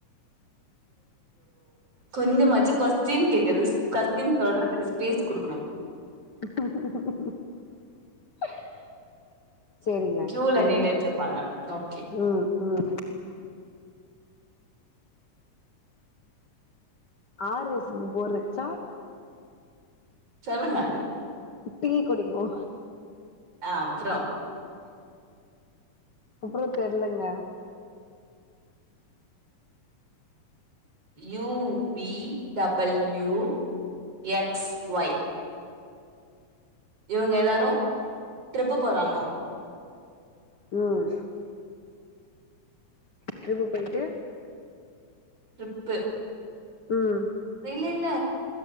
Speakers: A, on the right (about 45°); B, on the left (about 45°).
A: கொஞ்சமாச்சு கொஸ்டின் கேக்கறது கொஸ்டின் சொல்றதுக்கு ஸ்பேஸ் குடுக்கணு
B: ம்ம் சேரிங்க
A: கியூல
B: எனக்
A: நின்னுட்டு
B: இப்ப
A: இருப்பாங்க ஓகே
B: ம் ம் ஆர் எஸ்க்கு போறச்சா
A: சொல்லுங்க அதயு
B: டீ குடிக்கு
A: ஆ அப்றோ
B: அப்றோ தெர்லங்க
A: U V W X Y இவுங்க எல்லாரு ட்ரிப்பு போறாங்ளா
B: ம் ட்ரிப்பு போய்ட்டு
A: ட்டுப்பு
B: ம்
A: இல௲ல இல்ல